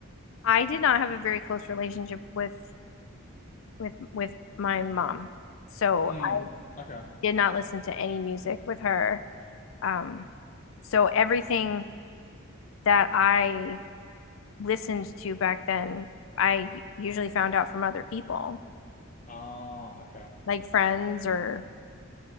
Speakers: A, on the left; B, on the left.
A: I did not have a very close relationship with with with my mom. So
B: Mm,
A: I
B: okay.
A: did not listen to any music with her. Um, so everything that I listened to back then, I usually found out from other people,
B: Ah, okay.
A: like friends or,